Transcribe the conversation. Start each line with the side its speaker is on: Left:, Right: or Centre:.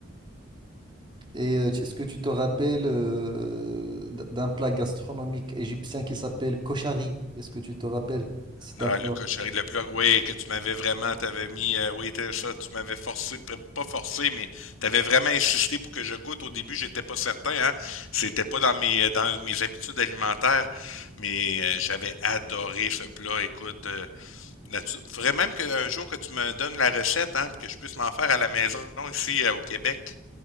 Right: et, euh, tu- est-ce que tu te rappelles euh, d- d'un plat gastronomique égyptien qui s'appelle koshari? Est-ce que tu te rappelles? C'est
Left: Non,
Right: un plat.
Left: le cochonnerie, le plat, oui, que tu m'avais vraiment, t'avais mis, euh, oui, t'as- ça, tu m'avais forcé, p- pas forcé, mais t'avais vraiment insisté pour que je goûte. Au début, j'étais pas certain, hein. C'était pas dans mes, euh, dans mes habitudes alimentaires, mais euh, j'avais adoré ce plat. Écoute, euh, natu- faudrait même qu'un jour que tu me donnes la recette, hein, puis que je puisse m'en faire à la maison ici euh, au Québec.